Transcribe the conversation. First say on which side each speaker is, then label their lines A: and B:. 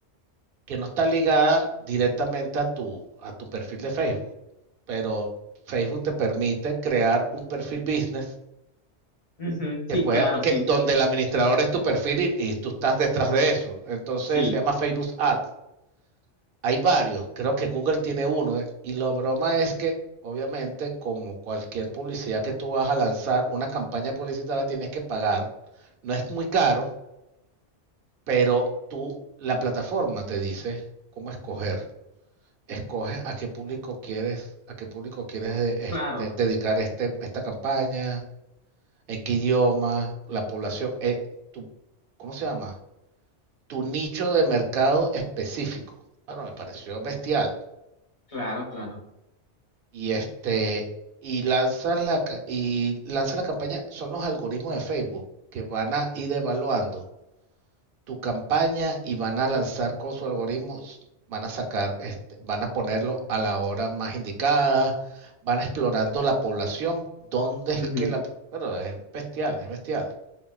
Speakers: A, on the right; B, on the left.
A: que no está ligada directamente a tu, a tu perfil de Facebook, pero Facebook te permite crear un perfil business
B: Ujú, Sí,
A: que pueda,
B: claro,
A: que,
B: sí,
A: donde el administrador es tu perfil y, y tú estás detrás de eso. Entonces
B: sí,
A: se llama Facebook Ads. Hay varios, creo que Google tiene uno ¿eh? y la broma es que obviamente como cualquier publicidad que tú vas a lanzar, una campaña publicitaria tienes que pagar. No es muy caro, pero tú, la plataforma te dice cómo escoger escoges a qué público quieres, a qué público quieres de-
B: claro,
A: este, dedicar este, esta campaña, en qué idioma, la población, eh, tu, ¿cómo se llama? Tu nicho de mercado específico. Bueno, me pareció bestial.
B: claro, claro.
A: Y este, y lanzas la, ca- y lanzas la campaña, son los algoritmos de Facebook que van a ir evaluando tu campaña y van a lanzar con su algoritmo, van a sacar, este, van a ponerlo a la hora más indicada, van explorando la población, dónde es
B: Ujú.
A: que la... Pero es bestial, es bestial.